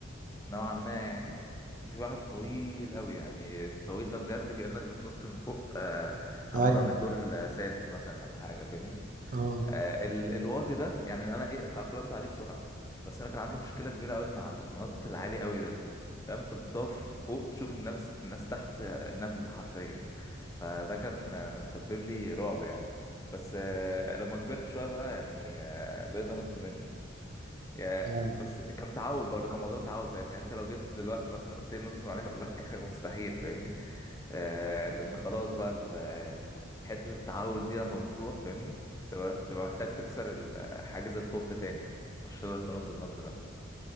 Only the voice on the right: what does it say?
ايوه
اه
اه